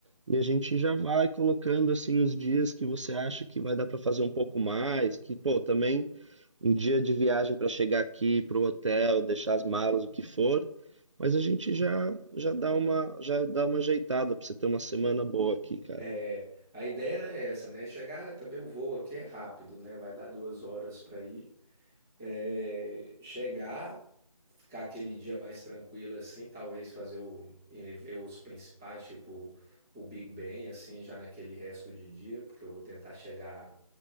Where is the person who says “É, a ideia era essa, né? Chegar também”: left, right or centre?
Centre